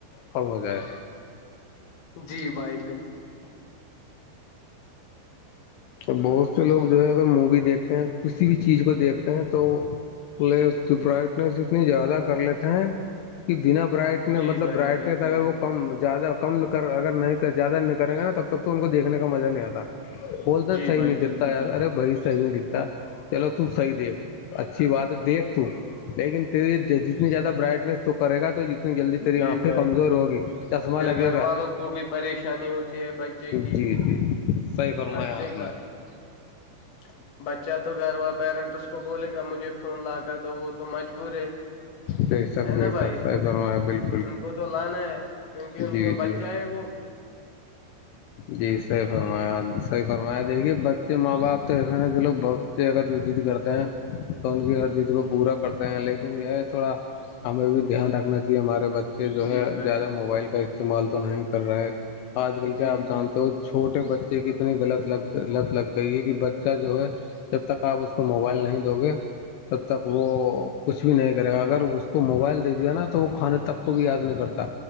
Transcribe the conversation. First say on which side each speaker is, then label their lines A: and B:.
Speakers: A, on the left; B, on the left.
A: کم ہو جائے
B: جی بھائی بالکل
A: اور بہت سے لوگ جو ہے اگر مووی دیکھتے ہیں کسی بھی چیز کو دیکھتے ہیں تو پ برائٹنیس اتنی زیادہ کر لیتے ہیں بنا برائٹ مطلب
B: جی بھائی
A: برائٹنیس
B: بالکل
A: اگر
B: بالکل
A: وہ کم زیادہ کم کر اگر نہیں زیادہ نہیں کریں گے نا تب تک تو ان کو دیکھنے کا مزہ نہیں آتا بولنا
B: جی
A: صحیح
B: بھائی
A: نہیں
B: بالکل
A: دیتا یار
B: بالکل
A: ارے بھائی صحیح نہیں دکھتا چلو تو صحیح دیکھ اچھی بات ہے دیکھ تو لیکن جتنی زیادہ برائٹنیس تو کرے گا تو جلدی تیری
B: جی
A: آنکھیں
B: بھائی
A: کمزور ہوگی چشمہ
B: پھر
A: لگے
B: گھر
A: گا
B: والوں کو بھی پریشانی ہوتی بچے کی
A: جی جی صحیح فرمایا
B: بچے
A: آپ نے
B: <unintelligible> بچہ تو گھروا پیرنٹ اس کو بولے گا مجھے فون لا کر تو وہ تو مجبور ہے <inaudible>
A: بے شک
B: ہے نا
A: بے
B: بھائی
A: شک سر بالکل
B: ان کو تو لانا ہے کیونکہ ان
A: جی
B: کا بچہ
A: جی
B: ہے وہ
A: جی صحیح فرمایاحی فرمایا دیکھیے بچے ماں باپ تو ایسے ہیں ج لوگ بہت اگر جو ضد کرتے ہیں تو ان کی ہر ضد کو پورا کرتے ہیں لیکن یہ تھوڑا ہمیں بھی دھیان رکھنا چاہیے ہمارے بچے جو
B: جی
A: ہے
B: بھائی
A: زیادہ موبائل کا استعمال تو نہیں کر رہا ہے آج کل
B: جی
A: کیا اب
B: جی
A: چھوٹے بچے کی اتنی لط لگ لط لگ گئی ہے کہ بچہ جو ہے جب تک آپ اس کو موبائل نہیں دو گے تب تک وہ کچھ بھی نہیں کرے گا اگر اس کو موبائل دے دیا نا تو وہ کھانے تک کو بھی یاد نہیں کرتا